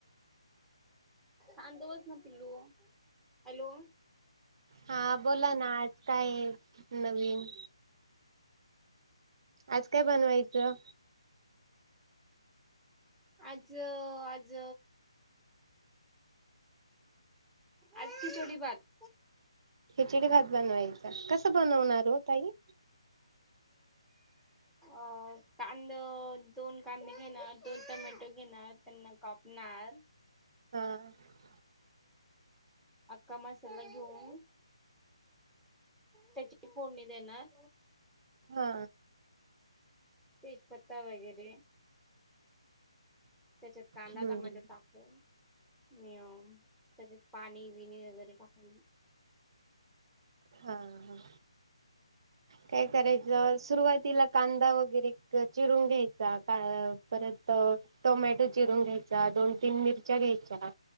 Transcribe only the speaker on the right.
हा बोला ना आज काय आहे नवीन? आज काय बनवायचं?
खिचडी भात बनवायचा कसं बनवणार हो ताई?
हा
हा
हम्म
हा हा काय करायचं सुरुवातीला कांदा वगैरे चिरून घ्यायचा का परत टोमॅटो चिरून घ्यायचा दोन तीन मिरच्या घ्यायच्या